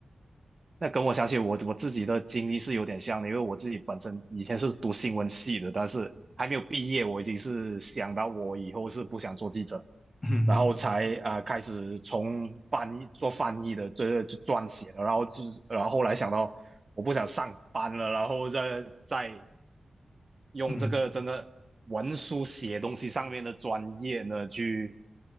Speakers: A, on the right; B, on the left.
A: 那跟我想起我我自己的经历是有点像的，因为我自己本身以前是读新闻系的，但是还没有毕业，我已经是想到我以后是不想做记者，
B: <laughs> 嗯嗯
A: 然后才啊、呃开始从翻译做翻译的这就撰写的，然后就是然后后来想到我不想上班了，然后再再用这个真的文书写东西上面的专业呢去
B: 嗯。